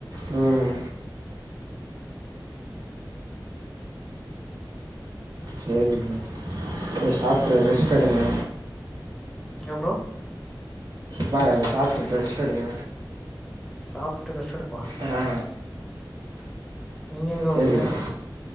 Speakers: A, on the right; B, in the centre.
A: ம் சேரி ப்ரோ இப்ப சாப்பட்டு ரெஸ்ட் எடுங்க
B: எங்க ப்ரோ
A: பா சாப்பிட்டுட்டு ரெஸ்ட் எடுங்க
B: சாப்ட்டு ரெஸ்ட் எடுக்கவா
A: ஆ
B: நீ எங்க
A: சேரி
B: வரியா
A: ப்ரோ